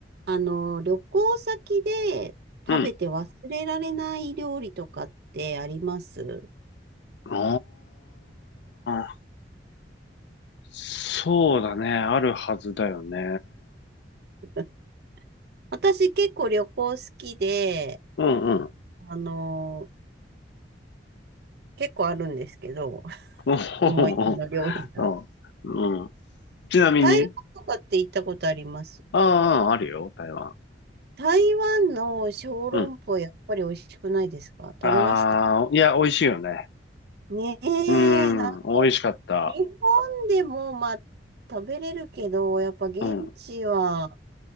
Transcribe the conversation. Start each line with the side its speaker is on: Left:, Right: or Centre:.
Right: あの、旅行先で食べて忘れられない料理とかってあります
Left: うん。ああ、そうだね。あるはずだよね。
Right: <laughs> 私結構旅行好きで、
Left: うんうん。
Right: あの、結構あるんですけど、<laughs>
Left: おほほ
Right: 思い出の料理が。
Left: ほうんうん。ちなみに、
Right: 台湾とかって行ったことあります
Left: ああ、あるよ、台湾。
Right: 台湾の小籠包やっぱり美味しくないですか食べました
Left: うん。ああ、いや、美味しいよね。
Right: ね
Left: うん、
Right: え、な、
Left: 美味しかった。
Right: 日本でもまあ食べれるけど、やっぱ現地は
Left: うん。